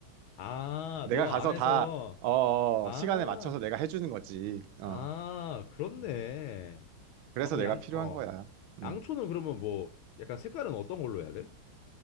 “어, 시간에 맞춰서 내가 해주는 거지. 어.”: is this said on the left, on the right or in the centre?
Right